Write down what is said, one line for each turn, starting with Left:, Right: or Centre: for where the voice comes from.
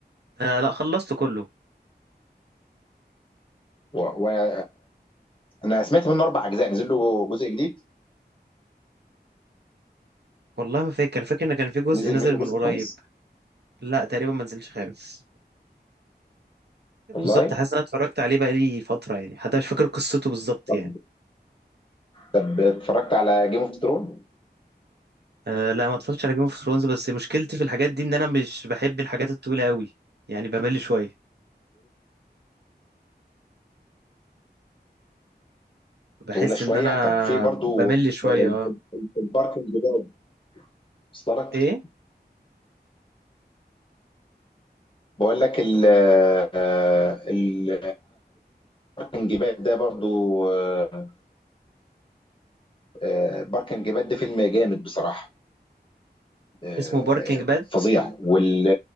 Right: آه لا خلصته كله
Left: وأنا و... أنا سمعت منه أربع أجزاء نزل له جزء جديد
Right: والله ما فاكر فاكر ان كان في جزء
Left: نزل
Right: نزل
Left: منه
Right: من
Left: جزء
Right: قريب
Left: خامس
Right: لا تقريبا ما نزلش خامس بالظبط
Left: والله
Right: حاسس ان انا اتفرجت عليه بقالي فتره يعني حتى مش فاكر قصته بالظبط
Left: طب
Right: يعني
Left: طب اتفرجت على جيم اوف ثرون
Right: أه لا ما اتفرجتش على جيم اوف ثرونز بس مشكلتي في الحاجات دي ان انا مش بحب الحاجات الطويله قوي يعني بمل شويه بحس
Left: طويلة شوية
Right: ان انا
Left: طب في برضو
Right: بمل شويه
Left: آه،
Right: اه
Left: الباركنج ده وصل لك
Right: ايه
Left: بقول لك ال آه، ال الباركنج باد ده برضو آه، آه، الباركنج باد ده فيلم جامد بصراحة آه،
Right: اسمه باركينج باد
Left: فظيع وال